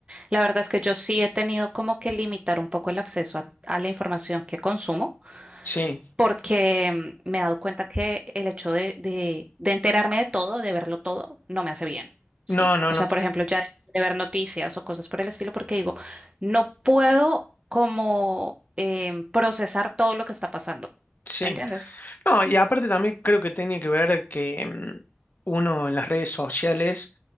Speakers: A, on the right; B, on the left.
A: La verdad es que yo sí he tenido como que limitar un poco el acceso a a la información que consumo.
B: Sí,
A: porque mm, me he dado cuenta que el hecho de, de, de enterarme de todo, de verlo todo, no me hace bien, ¿sí?
B: no, no,
A: O
B: no,
A: sea, por ejemplo, ya de ver noticias o cosas por el estilo, porque digo, no puedo como em, procesar todo lo que está pasando,
B: sí.
A: ¿me entiendes?
B: No, y aparte también creo que tiene que ver que mm, uno en las redes sociales